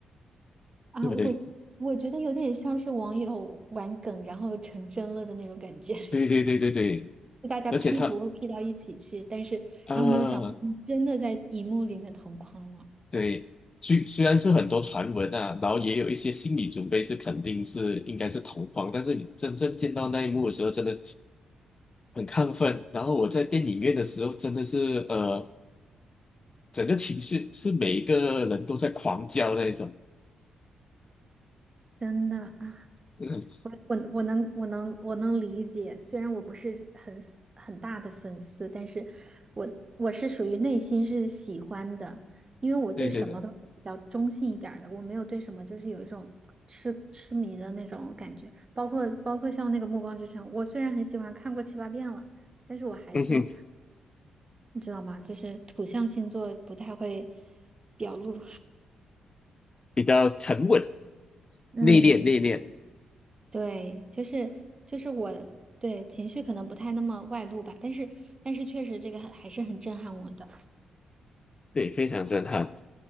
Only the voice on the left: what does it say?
对不对？
对对对对对，
而且他
啊，
对，虽虽然是很多传闻啊，然后也有一些心理准备是肯定是应该是同框，但是你真正见到那一幕的时候，真的。很亢奋。然后我在电影院的时候，真的是呃，整个情绪是每一个人都在狂叫那一种。
嗯，
对对对，
嗯哼，
比较沉稳、
内敛、内敛，
对，非常震撼。